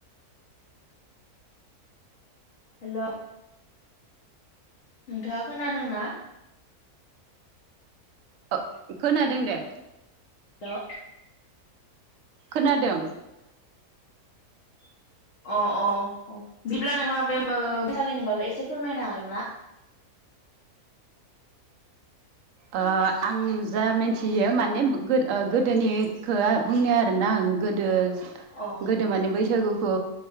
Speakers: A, on the left (about 55°); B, on the right (about 65°).
A: हेल नोंथाङा खोनादोंना?
B: ओ खोनादों दे
A: हेल
B: खोनादों
A: अ-अ-अ बिदिब्ला नोंहा बे बैसागोनि बागै एसे फोरमायनो हागोन ना? <inaudible>
B: ओ आं जा मिन्थियो माने गोदोनिखो बुंनो आरोना आं गोदो-गोदो
A: अ औ
B: माने बैसागु खौ